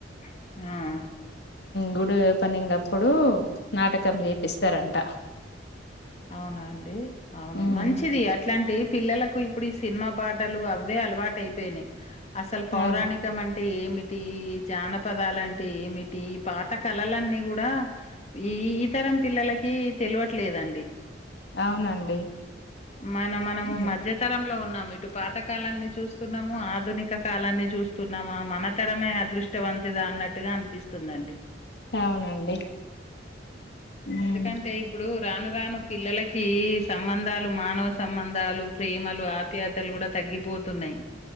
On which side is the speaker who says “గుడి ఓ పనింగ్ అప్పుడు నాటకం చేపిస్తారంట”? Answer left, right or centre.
Left